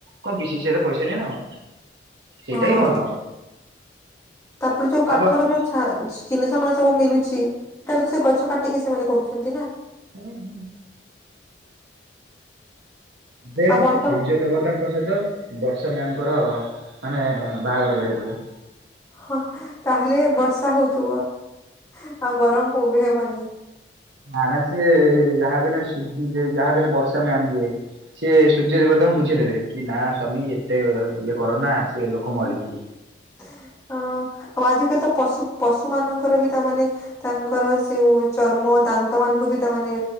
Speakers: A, on the right; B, on the left.
A: କଣ ବି ଶି ସି ଆଇ ର ପଇସା ନାହିଁ ନା କଣ? ସେଇଟା
B: ହଁ
A: ହିଁ ଭଲ।
B: ତାପରେ ଯୋଉ କାଠର
A: ଆବ
B: ଯୋଉ ଛା ସ ଜିନିଷ ମାନ ସବୁ ମିଲୁଛି। ସେଟା ବି ସେ ତ ଗଛ କାଟିକି ସେମାନେ କରୁଛନ୍ତି ନା।
A: ହୁଁ ହୁଁ। ବେ
B: ଆଉ ବର୍ତ୍ତମାନ
A: ସୂର୍ଯ୍ୟ ଦେବତାଙ୍କ ସହିତ ବର୍ଷା ମ୍ୟାମଙ୍କର ମାନେ ବାହାଘର କରିବାକୁ ପଡ଼ିବ।
B: ହଁ ତାହେଲେ ତ ହଉଥୁବ ଆଉ ଗରମକୁ ଉଗୁରି ହେବନି।
A: ମାନେ ସିଏ ଯାହା ବି ହେନେ ସୁଦୁ ଇଏ ଯାହା ବି ହେନେ ଇଏ ବର୍ଷ ତା ମ୍ୟାମ ଯିଏ ସିଏ ସୂର୍ଯ୍ୟ ଦେବତାଙ୍କୁ ବୁଝେଇଦେବେ କି ନା ସ୍ୱାମୀ ଏତେ ଇଏ କର ନା ସେ ଲୋକ ମରିଯିବେ।
B: ହୁଁ ହୁଁ ଅ ଆଉ ଆଜିି କାଲି ତ ପଶୁ ପଶୁ ମାନ ଙ୍କର ବି ତାମାନେ ତାଙ୍କର ସେଉ ଚର୍ମ ଦାନ୍ତ ମାନଙ୍କୁ ବି ତାମାନେ